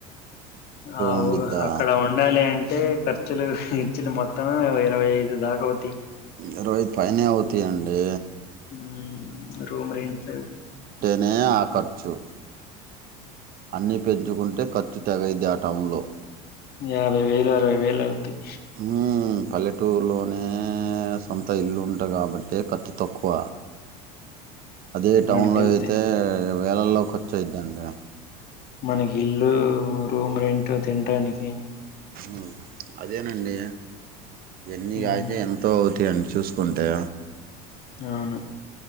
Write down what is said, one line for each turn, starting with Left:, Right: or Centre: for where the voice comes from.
Left: ఆఊ
Right: ఉండిద్దా
Left: అక్కడ ఉండాలి అంటే టే ఖర్చులు ఇర్చులు మొత్తం ఇరవై ఐదు దాక వొ
Right: ఇరవై ఐదు పైనే అవుతాయండి.
Left: ఉమ్ రూమ్ రెంట్లు
Right: నే ఆఖర్చు అన్నీ పెంచుకుంటే ఖర్చు తవైద్ది ఆ టౌన్లో.
Left: యాభై వేలు అరవై వేలు అవుతాయ్
Right: ఉమ్ పల్లెటూరులోనే సొంత ఇల్లు ఉంట గాబట్టే ఖర్చు తక్కువ. అదే టౌన్లో
Left: అడికి వెళ్తే
Right: అయితే, వేలల్లో ఖర్చయిద్దండీ.
Left: మనగిల్లూ, రూమ్ రెంట్ తింటానికి
Right: ఉమ్ అదేనండి ఎన్ని
Left: ఉమ్,
Right: కాయితే ఎంతో అవుతాయండి చూసుకుంటే
Left: అవును